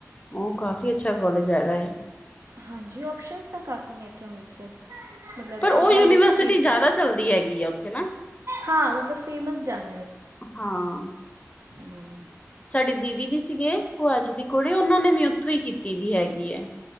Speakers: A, on the left; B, on the right.
A: ਉਹ ਕ ਕਾਫੀ ਅੱਛਾ ਕਾਲਜ ਹੈਗਾ ਐ।
B: ਹਾਂਜੀ ਔਪਸ਼ਨਸ ਤਾਂ ਕਾਫੀ ਨੇ ਇੱਥੇ ਅੰਮ੍ਰਿਤਸਰ ਮਤਲਬ
A: ਪਰ ਉਹ ਯੂਨੀਵਰਸਿਟੀ
B: ਹਰ ਇੱਕ ਚੀਜ਼
A: ਜ਼ਿਆਦਾ
B: ਦੀ
A: ਚੱਲਦੀ ਹੈਗੀ ਆ ਉੱਥੇ ਨਾ
B: ਹਾਂ ਫੇਮਸ ਡਾਟ,
A: ਹਾਂ
B: ਹੂੰ
A: ਸਾਡੀ ਦੀਦੀ ਵੀ ਸੀਗੇ ਭੂਆ ਜੀ ਦੀ ਕੁੜੀ ਉਹਨਾਂ ਨੇ ਵੀ ਉੱਥੋਂ ਹੀ ਕੀਤੀ ਦੀ ਹੈਗੀ ਐ।